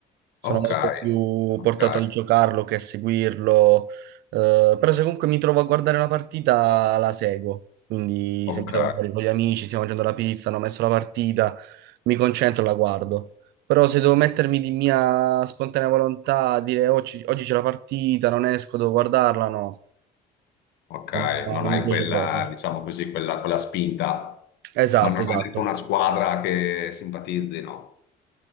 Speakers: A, on the right (about 80°); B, on the left (about 80°).
A: sono
B: Ok,
A: molto più
B: ok,
A: portato a giocarlo che a seguirlo, eh, però se comunque mi trovo a guardare una partita la seguo, quindi
B: ok,
A: se mi trovo magari con gli amici, stiamo mangiando la pizza, hanno messo la partita, mi concentro e la guardo. Però se devo mettermi di mia spontanea volontà a dire "Oh, oggi, oggi c'è la partita, non esco, devo guardarla, no,
B: ok,
A: non
B: non
A: non
B: hai
A: mi piace
B: quella,
A: proprio.
B: diciamo così, quella, quella spinta,
A: Esatto,
B: ma non hai
A: esatto.
B: neanche una squadra che simpatizzi, no?